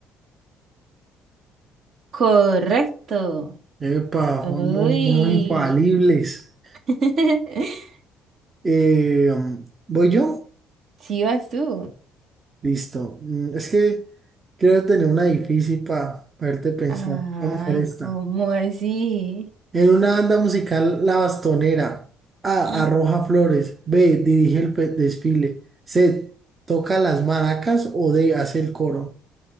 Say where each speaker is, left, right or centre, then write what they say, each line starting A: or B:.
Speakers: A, on the right; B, on the right.
A: Correcto.
B: Epa,
A: Uy.
B: vamos, vamos infalibles.
A: <laughs>
B: Eh, ¿voy yo?
A: Sí vas tú.
B: Listo. Mm, Es que quiero tener una difícil para verte pensar.
A: Ay,
B: Vamos a ver esta.
A: ¿cómo así?
B: En una banda musical, La Bastonera. A.
A: Mm.
B: Arroja flores. B. Dirige el fe- desfile. C. Toca las maracas. O D. Hace el coro.